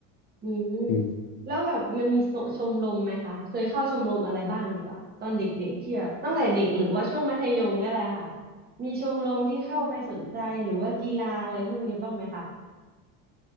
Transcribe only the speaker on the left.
อืม